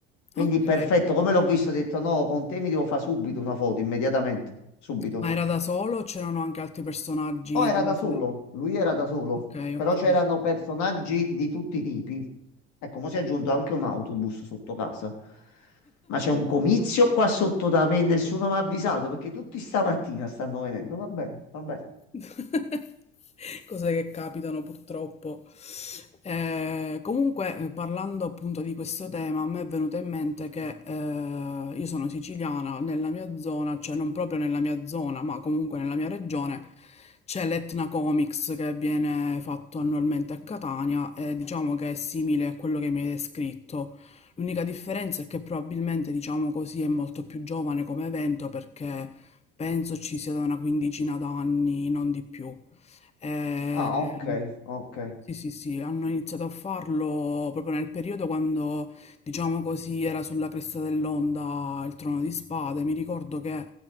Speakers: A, on the left (about 70°); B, on the left (about 20°).
A: Quindi
B: Ok.
A: perfetto, come l'ho visto, ho detto no, con te mi devo fare subito una foto, immediatamente, subito.
B: Ma era da solo o c'erano anche altri personaggi
A: Oh, era
B: della
A: da solo,
B: serie?
A: lui era
B: Ah,
A: da solo,
B: ok,
A: però
B: ok.
A: c'erano
B: ok.
A: personaggi di tutti i tipi. Ecco, mo si è aggiunto anche un autobus sotto casa. Ma c'è un comizio qua sotto da me e nessuno mi ha avvisato perché tutti stamattina stanno venendo. Va bene, va bene.
B: <laughs> Cose che capitano purtroppo. Eh, comunque, eh, parlando appunto di questo tema, a me è venuto in mente che eh, io sono siciliana, nella mia zona, cioè non proprio nella mia zona, ma comunque nella mia regione, c'è l'Etna Comics che viene fatto annualmente a Catania e diciamo che è simile a quello che mi hai descritto. L'unica differenza è che probabilmente, diciamo così, è molto più giovane come evento perché Penso ci sia da una quindicina d'anni, non di più. Ehm,
A: Ah, ok, ok.
B: sì, sì, sì, hanno iniziato a farlo proprio nel periodo quando, diciamo così, era sulla cresta dell'onda il Trono di Spade. Mi ricordo che